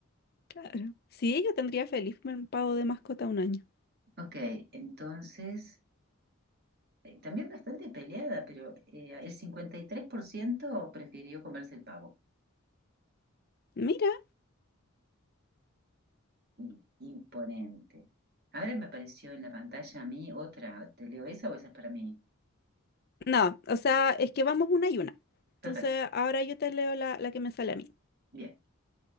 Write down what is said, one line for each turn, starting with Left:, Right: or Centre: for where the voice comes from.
Left: Claro. Sí, yo tendría feliz un pavo de mascota un año.
Right: Ok, entonces, eh, también bastante peleada, pero eh, el 53% prefirió comerse el pavo.
Left: Mira.
Right: I- Imponente. Ahora me apareció en la pantalla a mí otra, ¿te leo esa o esa es para mí?
Left: No, o sea, es que vamos una y una. Entonces,
Right: Perfecto,
Left: ahora yo te leo la, la que me sale a mí.
Right: bien.